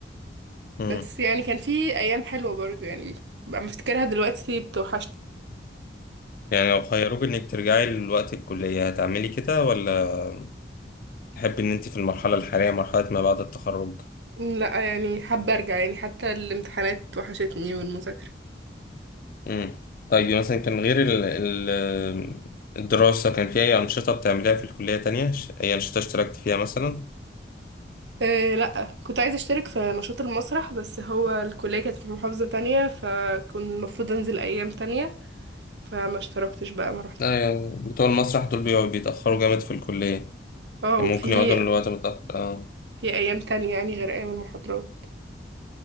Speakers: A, on the left; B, on the right.
A: مم.
B: بس يعني كان في ايام حلوه برضو يعني بقى مفتكرها دلوقتي بتوحشني
A: يعني لو خيروك إنك ترجعي لوقت الكلية هتعملي كده ولا تحبي إن أنت في المرحلة الحالية مرحلة ما بعد التخرج
B: لا يعني حابه ارجع يعني حتى الامتحانات وحشتني والمذاكره
A: امم طيب مثلا كان غير ال... ال... الدراسة كان في أي أنشطة بتعمليها في الكلية تانية؟ ش- أي أنشطة اشتركت فيها مثلا؟
B: أه لا كنت عايزه اشترك في نشاط المسرح بس هو الكليه كانت في محافظه تانية فكنت المفروض انزل ايام تانية فما اشتركتش بقى ما روحتش
A: لا يعني بتوع المسرح دول بيقعدوا- بيتأخروا جامد في الكلية
B: اه
A: يعني
B: وفي
A: ممكن يقعدوا للوقت متأخر اه
B: في ايام تانية يعني غير ايام المحاضرات